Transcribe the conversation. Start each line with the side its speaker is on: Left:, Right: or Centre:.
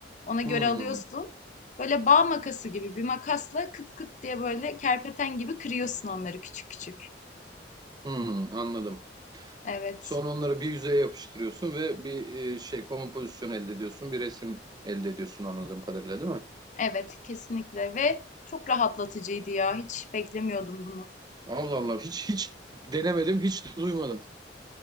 Left: Ona göre
Right: Hmm.
Left: alıyorsun. Böyle bağ makası gibi bir makasla kıt kıt diye böyle kerpeten gibi kırıyorsun onları küçük küçük.
Right: Hmm. Anladım.
Left: Evet,
Right: Sonra onları bir yüzeye yapıştırıyorsun ve bir e, şey kompozisyon elde ediyorsun. Bir resim elde ediyorsun anladığım kadarıyla değil mi?
Left: evet kesinlikle ve çok rahatlatıcıydı ya. Hiç beklemiyordum bunu.
Right: Allah Allah hiç hiç denemedim, hiç de duymadım.